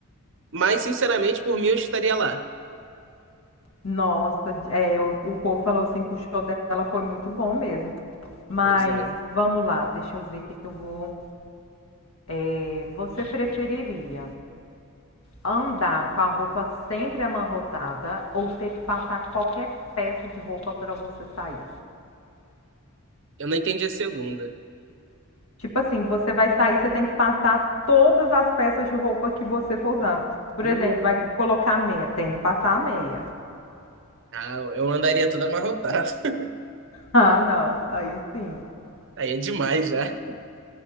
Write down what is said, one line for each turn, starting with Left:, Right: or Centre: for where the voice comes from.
Right: mas sinceramente, por mim, eu estaria lá.
Left: Nossa, é, o, o povo falou assim que o show dela foi muito bom mesmo. Mas
Right: Pois é.
Left: vamos lá, deixa eu ver o que, que eu vou. É, você preferiria andar com a roupa sempre amarrotada ou ter que passar qualquer peça de roupa para você sair.
Right: Eu não entendi a segunda.
Left: Tipo assim, você vai sair, você tem que passar todas as peças de roupa que você for usar. Por
Right: Hum.
Left: exemplo, vai colocar meia, tem que passar a meia. <laughs>
Right: Ah, eu andaria toda amarrotada. <laughs>
Left: Ah, não, aí sim.
Right: Aí é demais já.